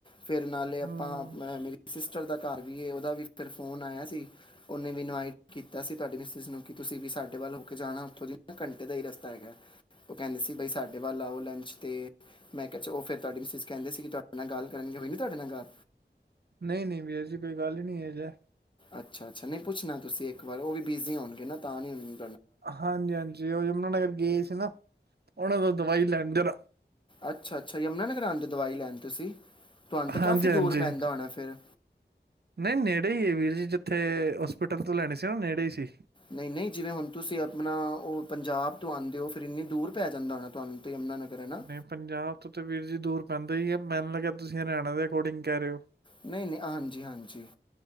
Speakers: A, on the left; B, on the right.
A: ਫਿਰ ਨਾਲੇ ਆਪਾਂ
B: ਹੂੰ
A: ਮੇਰੀ ਸਿਸਟਰ ਦਾ ਘਰ ਵੀ ਹੈ, ਉਹਦਾ ਵੀ ਫਿਰ ਫੋਨ ਆਇਆ ਸੀ, ਉਹਨੇ ਵੀ ਇਨਵਾਈਟ ਕੀਤਾ ਸੀ, ਤੁਹਾਡੇ ਮਿਸਿਜ ਨੂੰ ਕਿ ਤੁਸੀਂ ਵੀ ਸਾਡੇ ਵੱਲ ਹੋ ਕੇ ਜਾਣਾ ਉੱਥੋਂ ਦੀ ਨਾ ਘੰਟੇ ਦਾ ਹੀ ਰਸਤਾ ਹੈਗਾ, ਉਹ ਕਹਿੰਦੇ ਸੀ ਬਈ ਸਾਡੇ ਵੱਲ ਆਓ ਲੰਚ ਤੇ ''ਮੈਂ ਕਿਹਾ ਉਹ ਫਿਰ ਤੁਹਾਡੀ ਮਿਸਿਸ ਕਹਿੰਦੇ ਸੀ ਕਿ ਤੁਹਾਡੇ ਨਾਲ ਗੱਲ ਕਰਨਗੇ ਹੋਈ ਨ ਤੁਹਾਡੇ ਨਾਲ ਗੱਲ
B: ਨਹੀਂ, ਨਹੀਂ ਵੀਰ ਜੀ, ਕੋਈ ਗੱਲ ਹੀ ਨਹੀਂ ਇਹੋ ਜਿਹਾ
A: ਅੱਛਾ-ਅੱਛਾ, ਨਹੀਂ ਪੁੱਛਣਾ ਤੁਸੀਂ ਇੱਕ ਵਾਰ ਉਹ ਵੀ ਬਿਜ਼ੀ ਹੋਣਗੇ ਨਾ, ਤਾਂ ਨੀ ਹੋਈ।
B: ਹਾਂਜੀ- ਹਾਂਜੀ, ਉਹ ਯਮੁਨਾ ਨਗਰ ਗਏ ਸੀ ਨਾ ਉਹਨਾ ਦਾ ਦਵਾਈ ਲੈਣ ਦੇਣ
A: ਅੱਛਾ-ਅੱਛਾ, ਯਮੁਨਾ ਨਗਰ ਆਂਦੇ ਓ ਦਵਾਈ ਲੈਣ ਤੁਸੀਂ ਤੁਹਾਨੂੰ ਤੇ
B: ਹਾਂਜੀ-ਹਾਂਜੀ,
A: ਕਾਫੀ ਦੂਰ ਪੈਂਦਾ ਹੋਣਾ ਫਿਰ
B: ਨਹੀਂ ਨੇੜੇ ਹੀ ਹੈ ਵੀਰ ਜੀ, ਜਿੱਥੇ ਉਸ ਹੋਟਲ ਤੋਂ ਲੈਣੇ ਸੀ ਨਾ, ਨੇੜੇ ਹੀ ਸੀ।
A: ਨਹੀਂ -ਨਹੀਂ, ਜਿਵੇਂ ਹੁਣ ਤੁਸੀਂ ਆਪਣਾ, ਉਹ ਪੰਜਾਬ ਤੋਂ ਆਦੇ ਹੋ ਫਿਰ ਇੰਨੀ ਦੂਰ ਪੈ ਜਾਂਦਾ ਹੋਣਾ ਤੁਹਾਨੂੰ ਤੇ ਯਮਨਾ ਨਗਰ ਹੈ ਨਾ
B: ''ਮੈ ਪੰਜਾਬ ਤੋਂ ਤਾਂ ਵੀਰ ਜੀ ਦੂਰ ਪੈਂਦਾ ਹੀ ਆ, ਮੈਨੂੰ ਲੱਗਿਆ ਤੁਸੀਂ ਹਰਿਆਣਾ ਦੇ ਰੋਡਿੰਗ ਕਹਿ ਰਹੇ ਓ?
A: ਨਹੀਂ- ਨਹੀਂ, ਹਾਂਜੀ-ਹਾਂਜੀ,